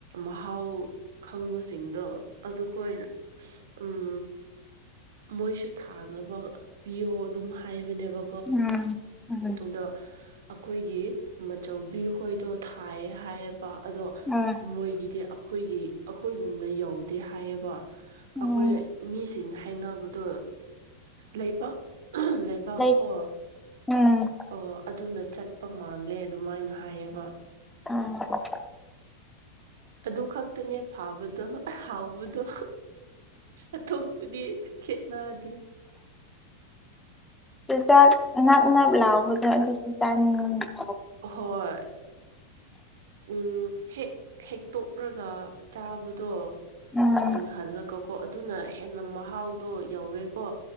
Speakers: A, on the right; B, in the centre.
A: ꯃꯍꯥꯎ ꯈꯪꯕꯁꯤꯡꯗꯣ ꯑꯗꯨꯈꯅ ꯎꯝ ꯃꯣꯏꯁꯨ ꯊꯥꯅꯕ ꯄꯤꯌꯣ ꯑꯗꯨꯝ ꯍꯥꯏꯕꯅꯦꯕ
B: ꯎꯝ ꯎꯝ
A: ꯑꯗꯣ ꯑꯩꯈꯣꯏꯒꯤ ꯃꯆꯧꯕꯤ ꯈꯣꯏꯗꯣ ꯊꯥꯏꯌꯦ ꯍꯥꯏꯌꯦꯕ ꯑꯗꯣ
B: ꯑꯥ
A: ꯃꯣꯏꯒꯤꯗꯤ ꯑꯩꯈꯣꯏꯒꯤ ꯑꯩꯈꯣꯏꯒꯨꯝꯅ ꯌꯧꯗꯦ ꯍꯥꯏꯌꯦꯕ
B: ꯎꯝ
A: ꯑꯩꯈꯣꯏ ꯃꯤꯁꯤꯡꯅ ꯍꯥꯏꯅꯕꯗꯣ ꯂꯩꯕꯥꯛꯕ ꯗꯥꯛ
B: ꯂꯩ
A: ꯀꯣ
B: ꯎꯝ
A: ꯑꯣ ꯑꯗꯨꯅ ꯆꯠꯄ ꯃꯥꯜꯂꯦ ꯑꯗꯨꯃꯥꯏꯅ ꯍꯥꯏꯌꯦꯕ
B: ꯑꯥ
A: ꯑꯗꯨ ꯈꯛꯇꯅꯦ ꯐꯥꯕꯗꯣ ꯍꯥꯎꯕꯗꯣ ꯑꯇꯣꯞꯄꯨꯗꯤ ꯈꯦꯠꯅꯗꯦ
B: ꯆꯗ ꯅꯞ ꯅꯞ ꯂꯥꯎꯕꯗꯣ ꯑꯗꯨꯗꯤ ꯇꯥꯅꯤꯡ ꯊꯕ
A: ꯍꯣꯏ ꯎꯝ ꯍꯦꯛ ꯍꯦꯛꯇꯣꯛꯂꯒ ꯆꯥꯕꯗꯣ
B: ꯎꯝ
A: ꯃꯨꯟꯍꯜꯂꯒꯀꯣ ꯑꯗꯨꯅ ꯍꯦꯟꯅ ꯃꯍꯥꯎꯗꯣ ꯌꯥꯧꯋꯦꯀꯣ